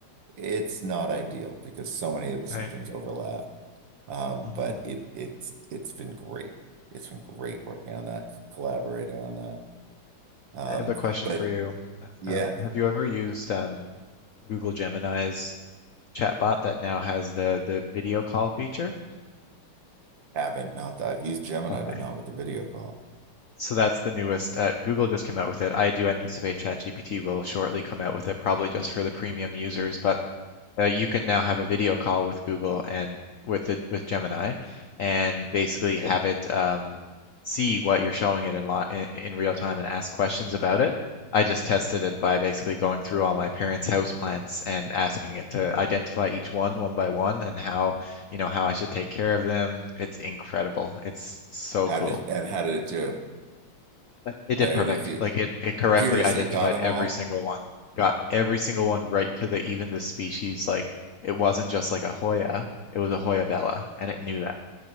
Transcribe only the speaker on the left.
right.
hmm
I have a question
for you. Uh,
Um, have you ever used um, Google Gemini's chatbot that now has the the video call feature?
Okay.
So that's the newest. Uh, Google just came out with it. I do anticipate ChatGPT will shortly come out with it, probably just for the premium users, but uh, you can now have a video call with Google and with the with Gemini, and basically have it um, see what you're showing it in, li in in real time and ask questions about it. I just tested it by basically going through all my parents' house plants and asking it to identify each one one by one and how, you know, how I should take care of them. It's incredible. It's so
cool.
But it did
perfect.
Like it, it correctly
identified
every
single one. Got every single one right to the even the species. Like it wasn't just like a Hoya, it was a Hoya bella, and it knew that.